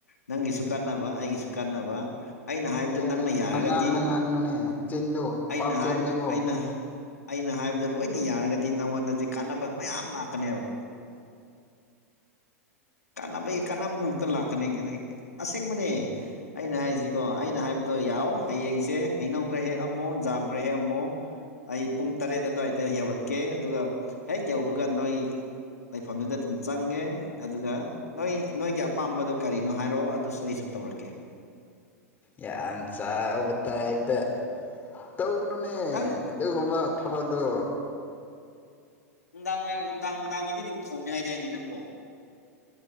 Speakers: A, on the left; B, on the left.
A: ꯅꯪꯒꯤꯁꯨ ꯀꯥꯟꯅꯕ ꯑꯩꯒꯤꯁꯨ ꯀꯥꯟꯅꯕ ꯑꯩꯅ
B: ꯉꯥꯡꯕ
A: ꯍꯥꯏꯕꯗꯨ
B: ꯌꯥꯔꯦꯅ
A: ꯅꯪꯅ
B: ꯄꯪꯉꯥꯡꯗ
A: ꯌꯥꯔꯒꯗꯤ
B: ꯉꯥꯡꯒꯅꯨꯅꯦ ꯆꯤꯟꯗꯣ
A: ꯑꯩꯅ
B: ꯄꯥꯞ ꯆꯦꯟꯕꯅꯤꯀꯣ
A: ꯍꯥꯏꯕ ꯑꯩꯅ ꯑꯩꯅ ꯍꯥꯏꯕꯗ ꯂꯣꯏꯅ ꯌꯥꯔꯒꯗꯤ ꯅꯪꯉꯣꯟꯗꯗꯤ ꯀꯥꯟꯅꯕ ꯃꯌꯥꯝ ꯂꯥꯛꯀꯅꯦꯕ ꯀꯅꯥ ꯄꯩ ꯀꯅꯕ ꯉꯥꯛꯇ ꯂꯥꯛꯀꯅꯤ ꯀꯅ ꯑꯁꯦꯡꯕꯅꯦ ꯑꯩꯅ ꯍꯥꯏꯁꯤꯀꯣ ꯑꯩꯅ ꯍꯥꯏꯕꯗꯣ ꯌꯥꯎ ꯍꯌꯦꯡꯁꯦ ꯍꯩꯅꯧ ꯈ꯭ꯔ ꯍꯦꯛ ꯑꯃꯨꯛ ꯖꯥꯝ ꯍꯣꯔ ꯍꯦ ꯑꯃꯃꯨ ꯑꯩ ꯄꯨꯡ ꯇꯔꯦꯠ ꯑꯗꯨꯋꯥꯏꯗ ꯌꯧꯔꯛꯀꯦ ꯑꯗꯨꯒ ꯍꯦꯛ ꯌꯧꯕꯒ ꯅꯣꯏ ꯂꯩꯐꯝꯗꯨꯗ ꯑꯗꯨꯝ ꯆꯪꯉꯦ ꯑꯗꯨꯒ ꯅꯣꯏ ꯅꯣꯏꯒꯤ ꯑꯄꯥꯝꯕꯗꯣ ꯀꯔꯤꯅꯣ ꯍꯥꯏꯔꯛꯑꯣ ꯑꯗꯨꯁꯨ ꯑꯩꯁꯨ ꯇꯧꯔꯛꯀꯦ
B: ꯌꯥꯝ ꯆꯥꯎꯕ ꯇꯥꯏꯞꯇ ꯇꯧꯒꯅꯨꯅꯦ
A: ꯅꯪ
B: ꯑꯗꯨꯒꯨꯝꯕ ꯊꯕꯛꯇꯣ
A: ꯎꯅꯨꯡꯗꯡ ꯎꯅꯨꯡꯡꯗꯡ ꯊꯧꯅꯤ ꯑꯥꯏꯗꯥꯅꯦ ꯅꯪꯕꯣ